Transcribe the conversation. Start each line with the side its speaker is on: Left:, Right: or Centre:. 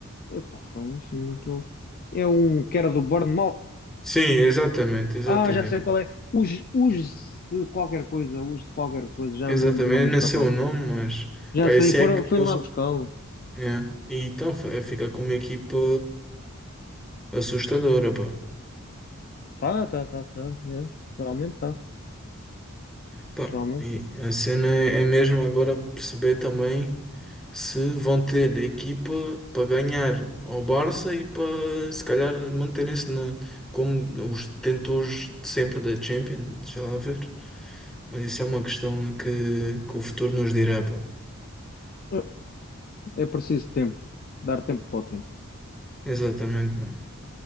Left: Epá, foi isso, não estou. É um que era do Bournemouth.
Centre: Sim, exatamente, exatamente.
Left: Ah, já sei qual é. Os, os de qualquer coisa, os de qualquer coisa, já
Centre: Exatamente,
Left: não me lembro o nome
Centre: eu
Left: do
Centre: não
Left: rapaz.
Centre: sei o nome, mas
Left: Já
Centre: pá, eu
Left: sei,
Centre: sei
Left: foram,
Centre: que
Left: fui
Centre: eles.
Left: lá buscá-lo.
Centre: é, E então fa- fica com uma equipa. assustadora, pá.
Left: Tá, tá, tá, tá. yeah, Realmente tá.
Centre: Pá,
Left: Realmente.
Centre: e a cena é mesmo agora perceber também se vão ter equipa para ganhar ao Barça e para se calhar manterem-se na, como os detentores de sempre da Champions, deixa lá ver. Mas isso é uma questão que, que o futuro nos dirá, pá.
Left: É é preciso tempo. Dar tempo ao tempo.
Centre: Exatamente, mano.